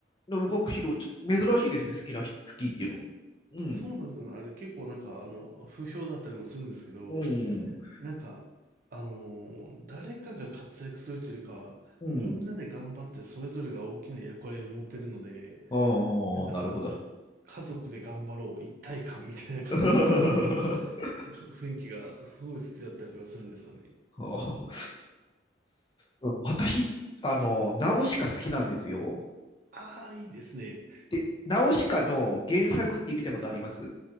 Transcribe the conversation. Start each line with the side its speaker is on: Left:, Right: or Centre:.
Left: の動く城、ちょっと珍しいですね、好きなひ、好きっていうのは。うん、
Right: そうなんですよね。あれ結構なんか、あの、不評だったりもするんですけど、
Left: うん、
Right: なんか、あのー誰かが活躍するというよりかは、
Left: うん。
Right: みんなで頑張ってそれぞれが大きな役割を持ってるので、
Left: ああ、
Right: なんかその、
Left: なるほど。
Right: 家族で頑張ろう、一体感みたいな感じのか
Left: <laughs> あー
Right: 雰囲気がすごい好きだったりとかするんですよね。
Left: なるほど私、あの、ナウシカ好きなんですよ。
Right: ああ、いいですね。
Left: で、ナウシカの原作って見たことあります